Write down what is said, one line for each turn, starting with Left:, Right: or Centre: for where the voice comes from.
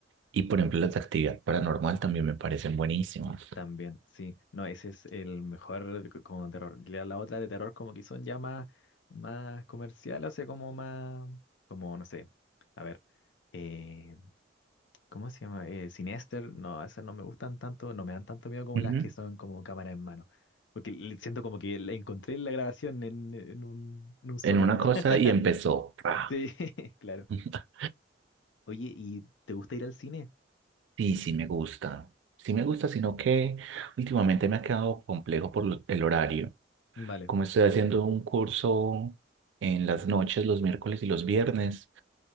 Right: Y por ejemplo, las de actividad paranormal también me parecen buenísimas.
Left: también, sí. No, ese es el mejor c- como terror. La, la otra de terror como que son ya más, más comercial, o sea, como más, como, no sé. A ver. eh, ¿Cómo se llama? Eh, Sinister, no, esas no me gustan tanto, no me dan tanto miedo como
Right: Ujú.
Left: las que son como cámara en mano. Porque le- siento como que la encontré la grabación en, en un, en un sótano.
Right: En una cosa
Left: <laughs>
Right: y empezó. ¡Pra!
Left: Sí, <laughs> claro.
Right: <laughs>
Left: Oye, ¿y te gusta ir al cine?
Right: Sí, sí me gusta. Sí me gusta, sino que últimamente me ha quedado complejo por lo- el horario.
Left: Vale,
Right: Como estoy haciendo un curso en las noches, los miércoles y los viernes,